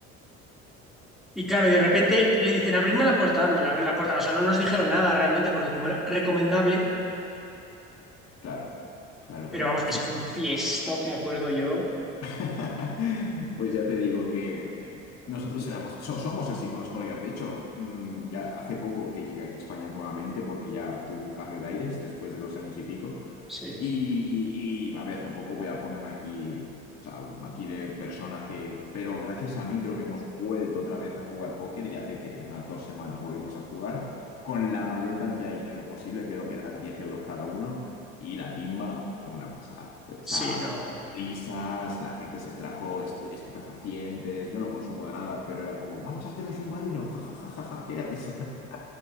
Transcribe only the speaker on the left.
Claro, claro,
claro.
Ostras,
<laughs> Pues ya te digo que nosotros éramos, so- somos así con los colegas. De hecho, mm, ya hace poco que llegué aquí a España nuevamente porque ya tuve un cambio de aires después de dos años y pico.
Y, y, a ver, tampoco voy a ponerme aquí, o sea, aquí de persona que... Pero gracias a mí creo que hemos vuelto otra vez a jugar póker y hace que unas dos semanas volvimos a jugar con la mayor cantidad de dinero posible, creo que eran 10 euros cada uno. Y la timba fue una pasada. Pues, o
sea,
risas la gente se trajo estu- estupefacientes, yo no consumo de nada, pero era como, vamos a hacer un submarino, jajajaja, qué risa.